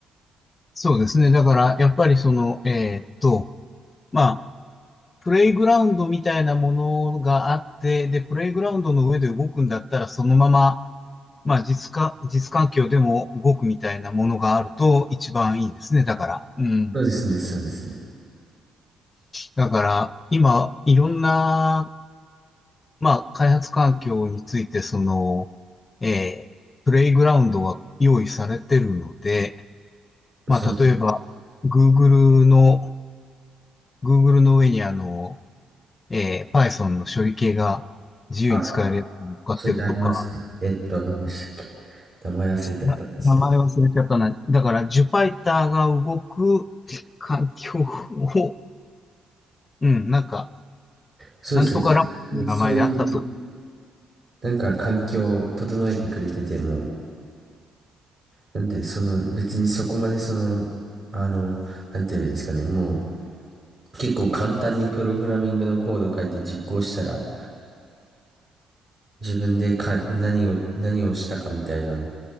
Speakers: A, on the left; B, on the right.
A: そうですね。だから、やっぱりその、えーっと、まあ、プレイグラウンドみたいなものがあって、で、プレイグラウンドの上で動くんだったら、そのまま、まあ、実か、実環境でも動くみたいなものがあると一番いいですね。だから。うん。
B: そうですね、そうですね。
A: だから、今、いろんな、まあ、開発環境について、その、えープレイグラウンドが用意されてるので、まあ、
B: そう。
A: 例えば、Google の、Google の上にあの、えー Python の処理系が自由に使えるやつに乗っかってるとか、
B: あ、それありますね。えっと、何でしたっけ名前忘れちゃったんですけど。
A: な名前忘れちゃったな。だから、ジュパイターが動く環境を、うん、なんか、
B: そうですね。
A: なんとかラボという名前であったと。
B: 最近そういうなんか環境を整えてくれてても、なんでその別にそこまでその、あの、なんて言えばいいんですかね、もう結構簡単にプログラミングのコード書いて実行したら、自分でか、何を、何をしたかみたいなの